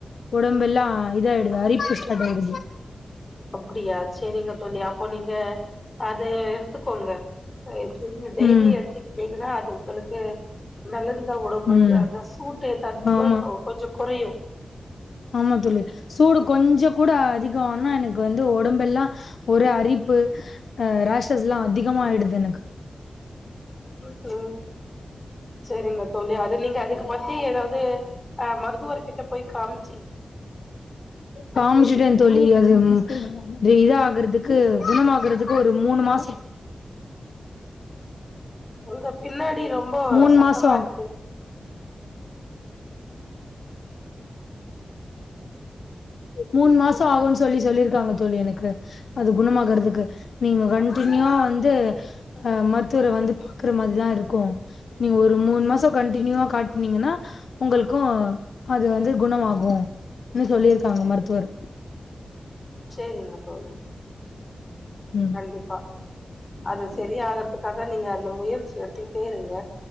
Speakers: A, on the left; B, on the left.
A: உடம்பு எல்லா இதாயிடுது அரிப்பு ஸ்டாட் ஆயிடுது
B: அப்டியா சேரிங்க தோழி அப்ப நீங்க அதயே எடுத்துக்கோங்க அ நீங்க டெய்லி
A: ம்
B: எட்த்துக்கிட்டீங்கனா அது உங்களுக் அ நல்லதுங் ந்த ஒடம்புக்கு
A: ம்
B: அந்த சூட்ட தன்த்து
A: ஆமா
B: கொ கொஞ்ச கொறையு
A: ஆமா தோழி சூடு கொஞ்ச கூட அதிக ந்தோன எனக்கு வந்து ஒடம்பெல்லா ஒரே அரிப்பு அ ராஷஸ்லா அதிகமாயிடுது எனக்கு
B: ம் செரிங்க செரிங்க தோழி அது இல்லைங்க அது இத பத்தி எதாவ்து அ மருத்துவர் கிட்ட போய் காமி
A: காமுச்சுட்டே தோழி அது ம் இது இதாகுறத்துக்கு குண மாகுறதுக்கு ஒரு மூணு மாச
B: ஒங்க பின்னாடி ரொம்போ
A: மூணு
B: சத்தமா
A: மாசோ
B: இருக்கு
A: மூண் மாச ஆகுன் சொல்லி சொல்லிருக்காங்க தோழி எனக்கு அது குணமாகறதுக்கு நீங்க கண்ட்டினியூவா
B: அப்டியா
A: வந்து அ மருத்துவர வந்து பாக்குற மாரிதா இருக்கு நீங்க ஒரு மூணு மாச கண்ட்டினியூவா காட்னீங்கனா உங்களுக்கு அது வந்து குணமாகுன்னு சொல்லிரு காங்க மருத்துவர்
B: சேரிங்க தோழி
A: ம்
B: கண்டிப்பா அது செரியாகறதுக்காக நீங்க அந்த முயற்சி எடுத்துக்கிட்டே இருங்க